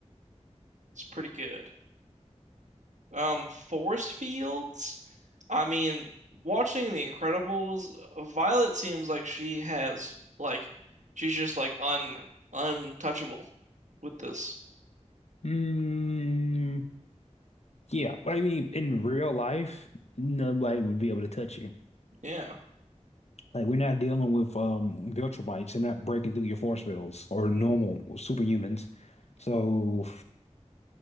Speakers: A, on the right (about 85°); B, on the left (about 65°).
A: It's pretty good. Um, force fields? I mean, watching The Incredibles, Violet seems like she has like she's just like un untouchable with this.
B: Mm, Yeah, I mean, in real life, nobody would be able to touch you.
A: Yeah.
B: Like we're not dealing with um vulture bites. They're not breaking through your force fields or normal
A: N-
B: superhumans. So